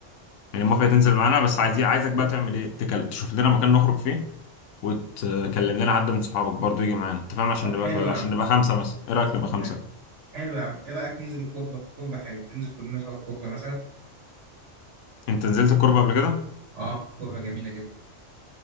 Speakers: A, on the left; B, on the right.
A: يعني موافق تنزل معانا بس عايز عايزك بقى تعمل ايه تكل... تشوف لنا مكان نخرج فيه وتكلم لنا حد من صحابك برضو يجي معانا انت فاهم عشان
B: طب
A: نبقى
B: حلو يا عم
A: عشان نبقى خمسه مثلا ايه رايك نبقى خمسه
B: ماشي. حلو يا عم ايه رايك ننزل الكوربه الكوربه حلو ننزل كلنا سوا الكوربه مثلا
A: انت نزلت الكوربه قبل كده
B: اه كوربه جميله جدا